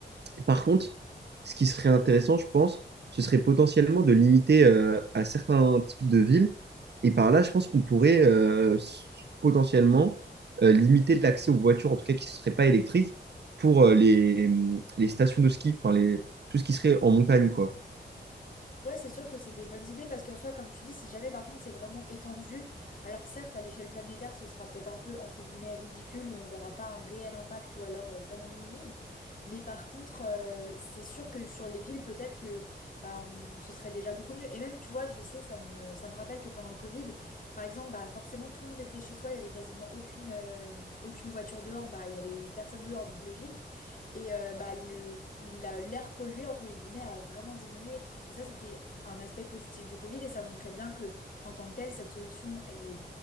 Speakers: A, on the right (about 65°); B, on the left (about 50°).
A: Par contre, ce qui serait intéressant, je pense, ce serait potentiellement de limiter euh, à certains types de villes et par là, je pense qu'on pourrait euh, s- potentiellement euh, limiter l'accès aux voitures, en tout cas qui ne seraient pas électriques, pour euh, les, les stations de ski, enfin les, tout ce qui serait en montagne, quoi.
B: Ouais, c'est sûr que c'est des bonnes idées parce qu'en soi, comme tu dis, si jamais par contre c'est vraiment étendu, alors certes à l'échelle planétaire ce sera peut-être un peu entre guillemets ridicule où on verra pas un réel impact ou alors euh, vraiment minime, mais par contre euh, c'est sûr que sur les villes peut-être que bah on, ce serait déjà beaucoup mieux et même tu vois je sais ça me ça me rappelle que pendant le Covid par exemple bah forcément tout le monde était chez soi il y avait quasiment aucune euh, aucune voiture dehors bah il y avait personne dehors donc logique et euh, bah le la- l'air pollué entre guillemets a vraiment diminué et ça, c'était un aspect positif du Covid et ça montrait bien que, en tant que telle, cette solution, elle est,